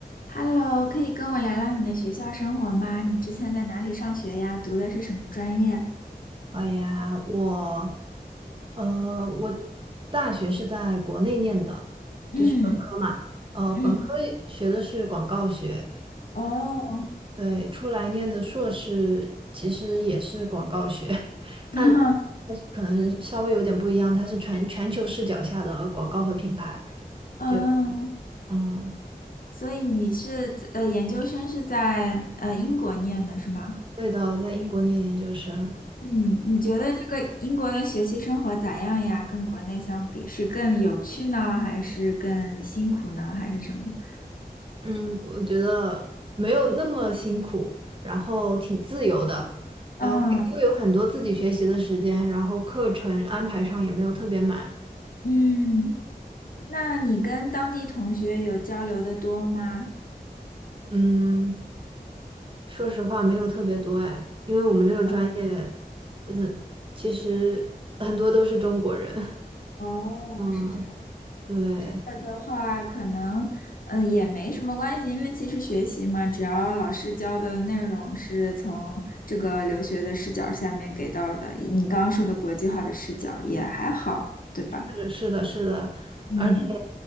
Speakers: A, on the left; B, on the right.
A: Hello，可以跟我聊聊你的学校生活吗？你之前在哪里上学呀？读的是什么专业？
B: 哎呀，我，呃，我大学是在国内念的，
A: 嗯
B: 就是本科嘛，呃，
A: 嗯，
B: 本科学的是广告学，
A: 哦，
B: 对，出来念的硕士其实也是广告学，<laughs> 但
A: <laughs>
B: 但是可能稍微有点不一样，它是全全球视角下的广告和品牌，
A: 哦，
B: 就嗯，
A: 所以你是在呃研究生是在呃英国念的是吗？
B: 对的，我在英国念研究生。
A: 嗯，你觉得这个英国的学习生活咋样呀？跟国内相比，是更有趣呢，还是更辛苦呢，还是什么？
B: 嗯，我觉得没有那么辛苦，然后挺自由的，嗯，
A: 哦，
B: 又有很多自己学习的时间，然后课程安排上也没有特别满，
A: 嗯，那你跟当地同学有交流的多吗？
B: 嗯，说实话没有特别多哎，因为我们这个专业，
A: 哦，
B: 嗯，其实很多都是中国人，<laughs>
A: 哦是这。
B: 嗯，对。
A: 这个的话，可能嗯、呃也没什么关系，因为其实学习嘛，只要老师教的内容是从这个留学的视角下面给到的，你刚刚说的国际化的视角也还好，对吧？
B: 是是的，是的，
A: 嗯
B: 而且，